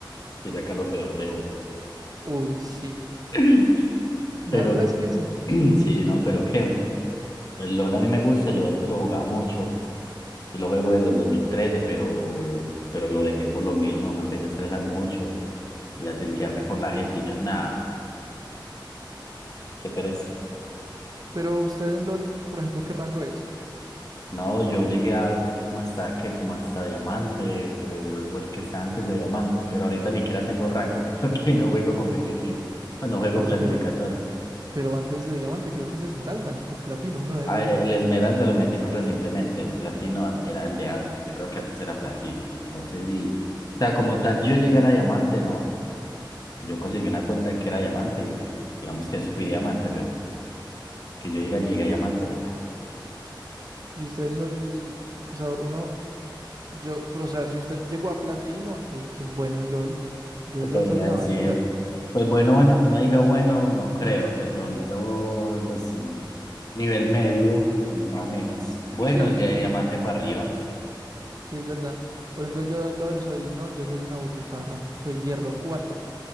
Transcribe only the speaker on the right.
Uy, sí.
La
verdad es que sí.
Pero usted en LOL, por ejemplo, ¿qué rango es?
Parce,
pero, pero antes de diamante creo que es esmeralda o platino, uno de
esos
dos.
Y usted en LOL, o sea, uno, yo, pero, o sea, si usted llegó a platino, entonces usted es bueno en LOL. Yo
en
LOL soy una
basura.
Sí,
sí es verdad. Por ejemplo, yo en LOL soy, no, yo soy una butifarra, soy hierro cuatro